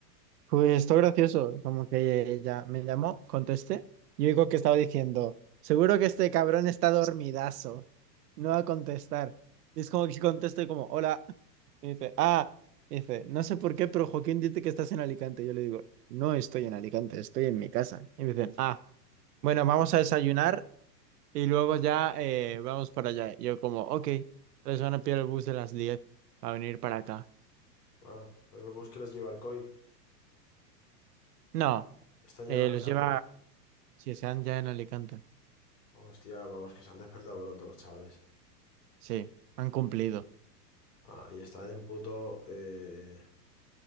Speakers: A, on the right; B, on the left.
A: Pues esto gracioso, como que ella me llamó, contesté, y oigo que estaba diciendo, seguro que este cabrón está dormidazo, no va a contestar. Y es como que contesto y como, hola, y dice, ah, y dice, no sé por qué, pero Joaquín dice que estás en Alicante. Yo le digo, no estoy en Alicante, estoy en mi casa. Y me dicen, ah, bueno, vamos a desayunar y luego ya eh, vamos para allá. Y yo como, ok, les van a pillar el bus de las 10 a venir para acá.
B: Ah, pero el bus que les lleva el COI.
A: No,
B: ¿Están
A: eh,
B: ya en Alicante?
A: los lleva, si se dan ya en Alicante.
B: Hostia, vamos, que se han despertado pronto los chavales.
A: Sí, han cumplido.
B: Ah, y están en puto eh,